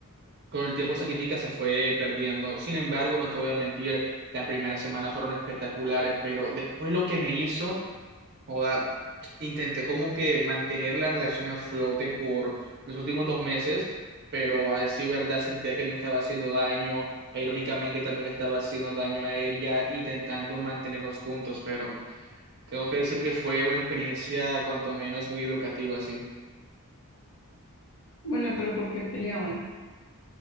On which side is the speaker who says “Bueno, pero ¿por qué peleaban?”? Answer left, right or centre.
Left